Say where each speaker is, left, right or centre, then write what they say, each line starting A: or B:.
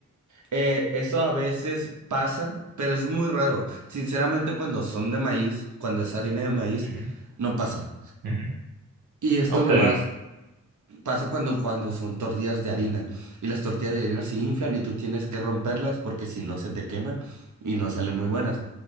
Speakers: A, on the right (about 55°); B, on the right (about 85°).
A: Eh, eso a veces pasa, pero es muy raro. Sinceramente, cuando son de maíz, cuando es harina de maíz,
B: Ujú,
A: no pasa.
B: ujú.
A: Y esto
B: Ok,
A: nomás pasa cuando, cuando son tortillas de harina. Y las tortillas de harina se inflan y tú tienes que romperlas porque si no se te queman y no salen muy buenas.